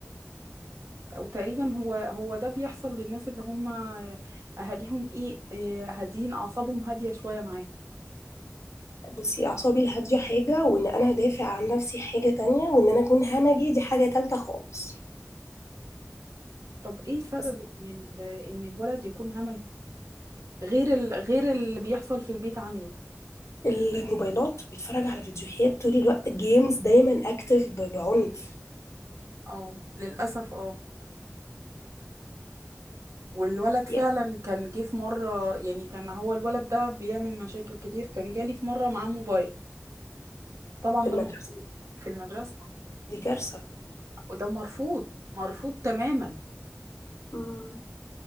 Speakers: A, on the right; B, on the left.
A: او تقريبا هو هو ده بيحصل للناس اللي هم اهاليهم ايه إيه هادين اعصابهم هاديه شويه معاك
B: بصي اعصابي الهادية حاجة وان انا ادافع عن نفسي حاجة تانية وان انا اكون همجي دي حاجة تالتة خالص
A: طب ايه سبب
B: بس
A: ان ال- ان الولد يكون همجي غير ال... غير اللي بيحصل في البيت عنده
B: الموبايلات بيتفرج على فيديوهات طول الوقت جيمز دايما اكتف ب- بعنف
A: اه للأسف اه والولد فعلا
B: يعني
A: كان جه في مرة يعني كان هو الولد ده بيعمل مشاكل كتير كان جالي في مرة معاه موبايل طبعا
B: في
A: ده
B: المدرسة
A: مرفوض في المدرسة
B: دي كارثة
A: وده مرفوض مرفوض تماما
B: م.